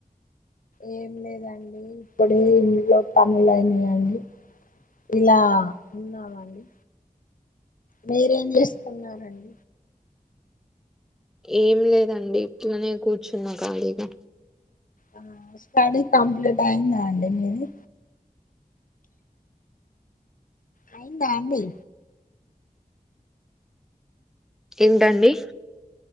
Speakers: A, on the left; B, in the centre.
A: ఏం లేదండి ఇప్పుడే ఇంట్లో పనులయనాయండి ఇలా ఉన్నామండి మీరేం చేస్తున్నడి
B: ఏం లేదండి ఇట్లనే కూర్చున్నా ఖాళీగా
A: ఆ స్టడీ కంప్లీట్ అయ్యిందా అండి మీది అయింద అండి
B: ఏంటండి